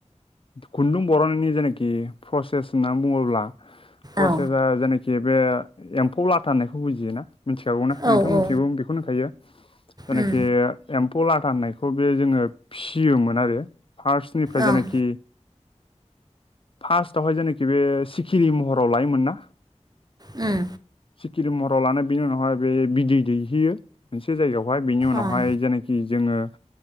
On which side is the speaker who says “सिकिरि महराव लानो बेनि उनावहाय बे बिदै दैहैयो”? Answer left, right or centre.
Left